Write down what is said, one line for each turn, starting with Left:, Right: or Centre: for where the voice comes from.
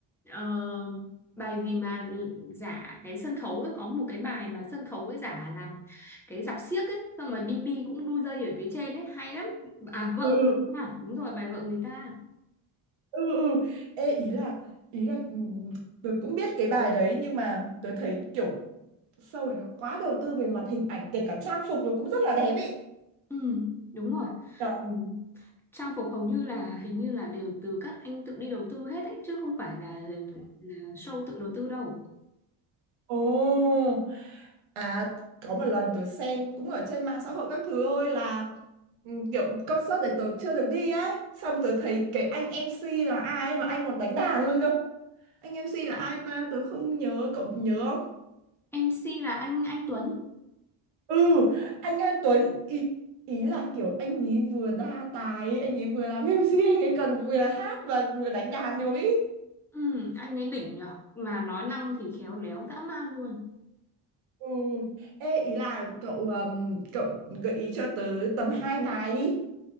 Centre: ờ, bài gì mà giả cái sân khấu ấy có một cái bài mà sân khấu ấy giả làm cái rạp xiếc ấy xong rồi bi bi cũng đu dây ở phía trên ấy hay lắm à vợ
Right: ừ
Centre: người
Right: ừ
Centre: ta à, đúng rồi bài vợ người ta
Right: ừ ừ. Ê, ý là ý là ừ, tớ cũng biết cái bài đấy nhưng mà tớ thấy kiểu show này nó quá đầu tư về mặt hình ảnh kể cả trang phục nó cũng rất là đẹp ý
Centre: ừ đúng rồi
Right: Đó.
Centre: ừ. Trang phục hầu như là hình như là đều từ các anh tự đi đầu tư hết ấy chứ không phải là, là show tự đầu tư đâu
Right: Ồ À, có một lần tớ xem cũng ở trên mạng xã hội các thứ thôi là ừ, kiểu concert đấy tớ chưa được đi ấy. Xong tớ thấy cái anh MC là ai ấy mà anh còn đánh đàn luôn cơ. Anh MC là ai ta? Tớ không nhớ, cậu nhớ không?
Centre: MC là anh anh Tuấn
Right: Ừ, anh An Tuấn ý, ý là kiểu anh ấy vừa đa tài, anh ấy vừa làm <laughs> MC, anh ấy còn vừa hát và vừa đánh đàn được ý.
Centre: Ừ, anh ấy đỉnh nhở mà nói năng thì khéo léo dã man luôn
Right: Ừ. Ê, ý là cậu ừm, cậu gợi ý cho tớ tầm hai bài đi.